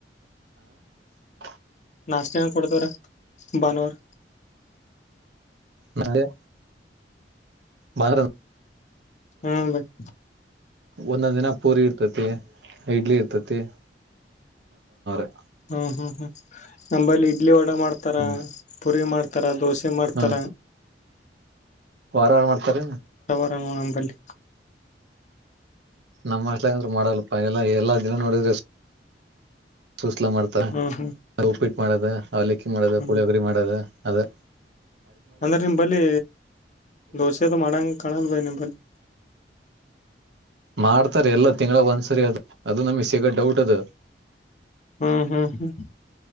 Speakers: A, on the right (about 70°); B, on the left (about 45°).
A: <unintelligible>
B: ನಾಷ್ಟ ಏನ್ ಕೊಡ್ತಾರೆ ಭಾನವಾರ
A: <unintelligible> ಮತ್ರ
B: <unintelligible>
A: ಒಂದೊಂದ್ ದಿನ ಪೂರಿ ಇರ್ತತಿ ಇಡ್ಲಿ ಇರ್ತತಿವ್ರ <unintelligible>
B: ಹ್ಮ ಹ್ಮ್ ಹ್ಮ್ ನಂಬಲ್ಲಿ ಇಡ್ಲಿ ವಡಾ ಮಾಡ್ತಾರಾ
A: ಹ್ಮ್
B: ಪುರಿ ಮಾಡ್ತಾರ ದೋಸೆ ಮಾಡ್ತಾರೆ
A: ಹ್ಮ ವಾರ ವಾರ ಮಾಡ್ತಾರ
B: ಹ ನಂಬಲ್ಲಿ
A: ನಮ್ಮ ಹಾಸ್ಟೆಲ್ ಮಾಡಲ್ಪಾ ಎಲ್ಲಾ ಎಲ್ಲಾ ದಿನ ನೋಡಿದ್ರೆ ಸೂಸ್ಲ ಮಾಡ್ತ
B: ಹ್ಮ್ ಹ್ಮ್
A: ಉಪ್ಪಿಟ್ಟ ಮಾಡದ ಅವಲಕ್ಕಿ ಮಾಡದ
B: ಹ್ಮ್
A: ಪುಳಿಯೋಗರಿ ಮಾಡದ ಅದೇ
B: ಅಂದ್ರೆ ನಿಮ್ ಬಳಿ ದೋಸೆದು ಮಾಡಂಗ ಕಾಣಲ್ ಬೈ ನೀಮ್ <inaudible>
A: ಮಾಡ್ತಾರೆ ಎಲ್ಲ ತಿಂಗಗಳ ಒಂದ್ಸರಿ ಅದು ಅದು ನಮಗ್ ಸಿಗ ಡೌಟ್ ಅದು
B: ಹ್ಮ್ ಹ್ಮ್ ಹ್ಮ್